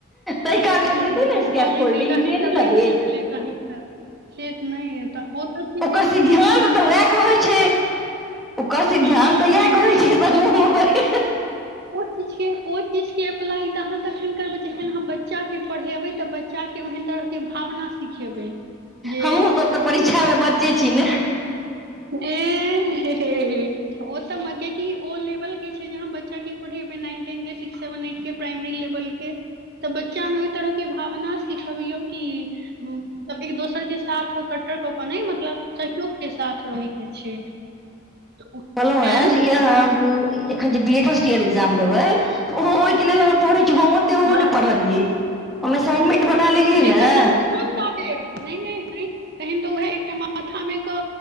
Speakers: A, in the centre; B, on the right.
A: ताहि काल
B: से
A: मे देतै
B: जे
A: ने
B: भऽ
A: स्कैप
B: जैतै
A: फोल्डिंग
B: तहन
A: से नहि
B: तऽ भैये
A: ने देत
B: गेलै तहन से त नइ एतअ ओतअ छै
A: ओकर
B: की
A: सिद्धांत
B: इस मतलब
A: तऽ वएह कहै छै ओकर सिद्ध्यांत
B: हँ,
A: तऽ इएह
B: नहि नहि
A: कहै छै समूह म <unintelligible>
B: सोचै छियै ओइ चीज के अप्लाई त अहाँ तखैन करबै जखन अहाँ बच्चा के पढ़ेबैे तऽ बच चा के ओहेन तरहक के भावना सिखेबै जे
A: हमहुँ सब तऽ
B: मानि
A: परीक्षा मे बच्चे छी न
B: ऐय हे हेय ओत मके की ओ लेवल के छै जहाँ बच्चा के पढ़ेबे नाइन टेन के सिक्स सेवन एट के प्राइमरी लेवल के तऽ बच्चा मे ओहि तरह के भावना सिखबियौ कि <unintelligible> दोसर के साथ कट्टर कऽ के नइ मतलब सहयोग के साथ रहैय के छै तऽ ओ-
A: कहलौह
B: एँ
A: हे जे इहेय एखन जे B Ed first year exam देबै त ओहो ओहिके लेल अहाँ पढ़ै छी हम ओते ओहो
B: हँ
A: नइ पढ़लियै हम असाइनमेंट बना लेलियै
B: नहि
A: न
B: तऽ हमहूँ कोन ताबे नहि नहि नहि तहन तऽ उएह एकटा माथा मे क